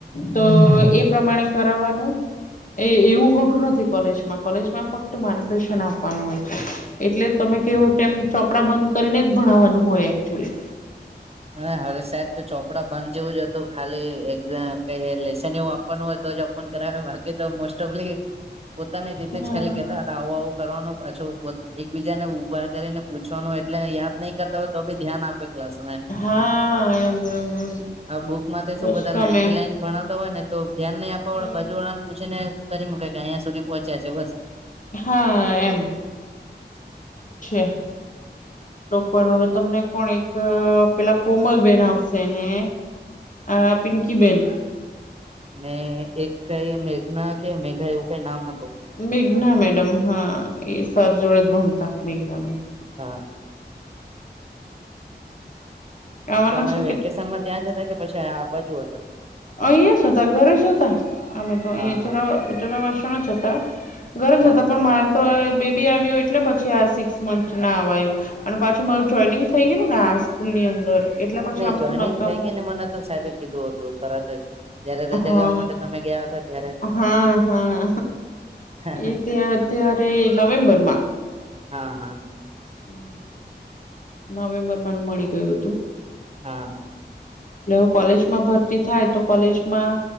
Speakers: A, on the left; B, on the right.
A: તો એ પ્રમાણે કરાવવાનું. એ એવું ખોટું નથી કોલેજમાં કોલેજમાં ફક્ત માર્ગદર્શન આપવાનું હોય છે. એટલે તમે કેવો તેમ ચોપડા બંધ કરીને જ ભણાવવાનું હોય એકચુલી
B: હા હવે સાહેબ તો ચોપડા બંધ જેવું જ હતું ખાલી એક્ઝામ કઈ લેેશન એવું આપવાનું હોય તો. ફોન કારવે બાકી તો મોસ્ટ ઓફલી પોતાની રીતે
A: હા.
B: જ ખાલી કેતા હતા આવું આવું કરવાનું. પાછું એકબીજા ને ઉભા કરીને પૂછવાનું એટલે યાદ નહી કરતા હોય તો બી ધ્યાન આપે ક્લાસ
A: હા એમ એમ એમ
B: આ બુકમાં તે શું
A: બસ
B: બધા
A: તમે
B: લાઈન ટી લાઈન ભણ તો હોયને તો ધ્યાન નહી આપવા
A: હમ
B: વાળા બાજુ વાળા ને પૂછીને કરી મૂકે કે અહીં સુધી પહોંચ્યા છે બસ
A: હા એમ છે. સોકવાળો હવે તમને કોણ એક પેલા કોમલ બેન આવશે ને આ પિંકીબેન
B: ને એક કઈ મેઘના કે મેઘા એવું કઈ નામ હતું.
A: મેઘના મેડમ હા એ સર જોડે જ ભણતા મેઘના મેમ
B: હા.
A: આવાના
B: તમે
A: છે
B: વેકેશન
A: કે
B: માં ત્યાં જતા કે પછી આ બાજુ હતા.
A: અહીયા જ હતા ઘરે જ હતા અમે તો
B: હા
A: અહી
B: હા
A: જરા વાર જરા વાર શાંત હતા. ગરજ
B: હા
A: હતા
B: હા.
A: પણ મારે તો એ બેબી આવયુ એટલે પછી આ સિક્સ મંથ ના અવાયું, અને પાછી મારું જોઈનિંગ થઈ ગેયલું ને આ સ્કૂ ની અંદર એટલે પછી
B: નઈ
A: આમ
B: જોઈનિંગ
A: તો નકામું
B: થઈ ગેઈ ને મને તો સાહેબે કીધું હતું, તરત જ. જયારે
A: હા
B: રજા લેવા માટે તમે ગીયા હતા ત્યારે
A: હા હા
B: હા
A: એ ત્યાર ત્યારે નવેમ્બર માં
B: હા હા.
A: હમ નવેમ્બરમાં મળી ગયું હતું.
B: હા હા
A: એટલે અવે કોલેજમાં ભરતી થાય તો કોલેજમાં